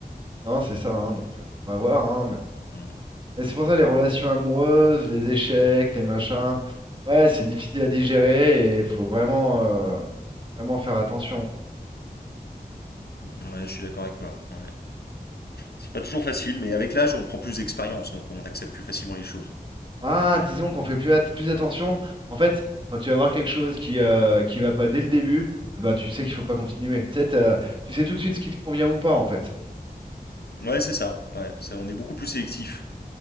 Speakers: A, on the right; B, on the left.
A: Non, c'est ça. hein. Donc, euh, on va voir. hein,
B: Hmm.
A: Mais c'est pour ça les relations amoureuses, les échecs, les machins, ouais, c'est difficile à digérer et il faut vraiment, euh, vraiment faire attention, quoi.
B: Ouais, je suis d'accord avec toi. Ouais. C'est pas toujours facile, mais avec l'âge, on prend plus d'expérience, donc on accepte plus facilement les choses.
A: Ah, disons qu'on fait plus, at- plus attention. En fait, quand tu vas voir quelque chose qui, euh, qui va pas dès le début, eh ben, tu sais qu'il faut pas continuer. Tu sais, t'as- tu sais tout de suite ce qui te convient ou pas, en fait.
B: Ouais, c'est ça. Ouais, ça, on est beaucoup plus sélectif.